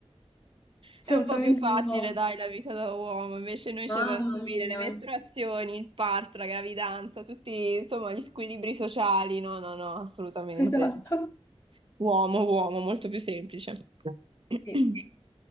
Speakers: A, on the left; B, on the right.
A: Certamente
B: È un po' più facile,
A: un uomo.
B: dai, la vita da uomo, invece noi
A: Mamma
B: ci dobbiamo subire
A: mia.
B: le mestruazioni, il parto, la gravidanza, tutti, insomma, gli squilibri sociali. No, no, no, assolutamente.
A: Esatto.
B: Uomo, uomo, molto più semplice. <clears throat>
A: Sì.